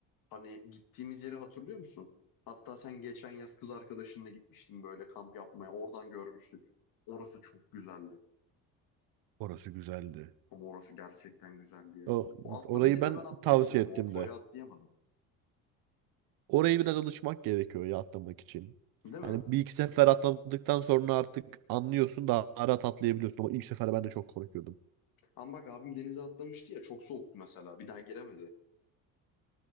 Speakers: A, on the left; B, on the right.
A: Hani gittiğimiz yeri hatırlıyor musun? Hatta sen geçen yaz kız arkadaşınla gitmiştin böyle kamp yapmaya. Oradan görmüştük. Orası çok güzeldi.
B: Orası güzeldi.
A: Ama orası gerçekten güzeldi ya.
B: O,
A: O atlama
B: orayı
A: yerine
B: ben
A: ben atlayamadım
B: tavsiye
A: ama
B: ettim
A: o koya
B: de.
A: atlayamadım.
B: Orayı biraz alışmak gerekiyor ya atlamak için.
A: Değil mi?
B: Yani bir iki sefer atladıktan sonra artık anlıyorsun daha rahat atlayabiliyorsun. Ama ilk sefer ben de çok korkuyordum.
A: Ama bak abim denize atlamıştı ya çok soğuktu mesela. Bir daha giremedi.